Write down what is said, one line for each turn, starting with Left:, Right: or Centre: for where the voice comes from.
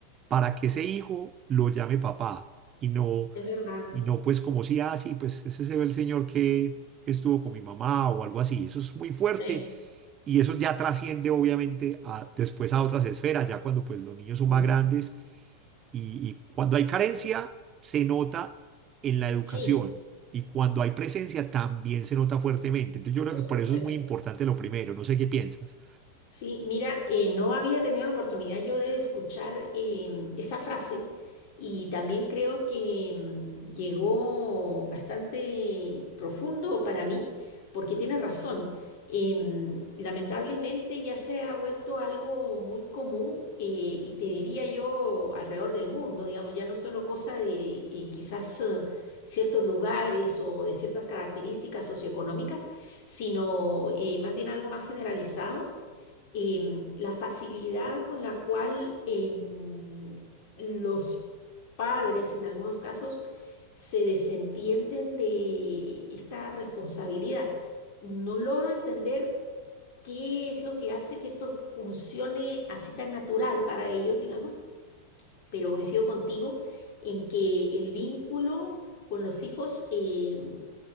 Right: para que ese hijo lo llame papá y no
Left: es verdad.
Right: y no pues como si, ah, sí, pues ese se ve el señor que, que estuvo con mi mamá o algo así. Eso es muy fuerte
Left: Sí,
Right: y eso ya trasciende obviamente a, después a otras esferas, ya cuando pues los niños son
Left: mm,
Right: más grandes y, y cuando hay carencia se nota en la educación
Left: sí,
Right: y cuando hay presencia también se nota fuertemente. Entonces yo creo
Left: por
Right: que
Left: supuesto.
Right: por eso es muy importante lo primero, no sé qué piensas.
Left: Sí, mira, eh, no había tenido la oportunidad yo de escuchar em, esa frase y también creo que em, llegó bastante profundo para mí porque tienes razón. Em, lamentablemente ya se ha vuelto algo muy común eh, y te diría yo alrededor del mundo, digamos, ya no solo cosa de eh, quizás eh, ciertos lugares o de ciertas características socioeconómicas, sino eh, más bien algo más generalizado em, la facilidad con la cual em, los padres, en algunos casos, se desentienden de esta responsabilidad. No logro entender qué es lo que hace que esto funcione así tan natural para ellos, digamos, pero coincido contigo en que el vínculo con los hijos eh,